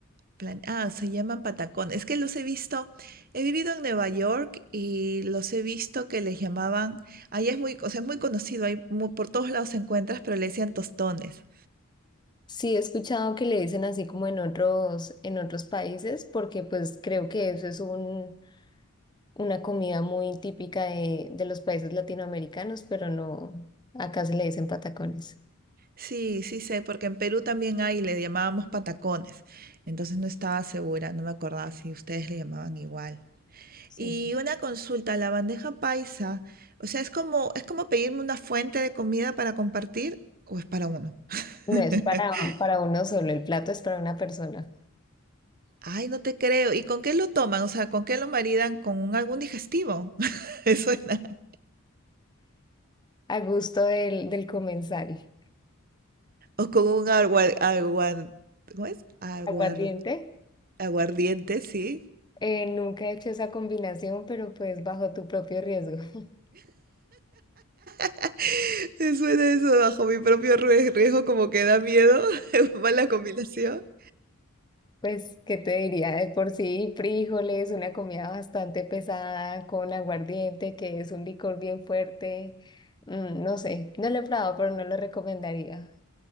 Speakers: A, on the right (about 45°); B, on the left (about 20°).
A: Plan- ah, se llaman patacón. Es que los he visto, he vivido en Nueva York y los he visto que les llamaban, ahí es muy, o sea, es muy conocido, hay mu- por todos lados se encuentras, pero le decían tostones.
B: Sí, he escuchado que le dicen así como en otros, en otros países, porque pues creo que eso es un, una comida muy típica de, de los países latinoamericanos, pero no, acá se le dicen patacones.
A: Sí, sí sé, porque en Perú también hay, le llamábamos patacones. Entonces no estaba segura, no me acordaba si ustedes le llamaban igual.
B: Sí.
A: Y una consulta, la bandeja paisa, o sea, es como, es como pedirme una fuente de comida para compartir o es para uno.
B: No
A: <laughs>
B: es para, para uno solo, el plato es para una persona.
A: Ay, no te creo. ¿Y con qué lo toman? O sea, ¿con qué lo maridan? ¿Con un- algún digestivo? <laughs> Eso suena.
B: a gusto del, del comensal.
A: O con un aguar, aguar, ¿cómo es? Aguar-
B: Aguardiente.
A: aguardiente, sí.
B: Eh, nunca he hecho esa combinación, pero pues bajo tu propio riesgo. <laughs>
A: <laughs> Me suena eso bajo mi propio ries- riesgo, como que da miedo. <laughs> Mala combinación.
B: Pues, ¿qué te diría? De por sí, frijoles, una comida bastante pesada con aguardiente, que es un licor bien fuerte. Mm, no sé, no lo he probado, pero no lo recomendaría.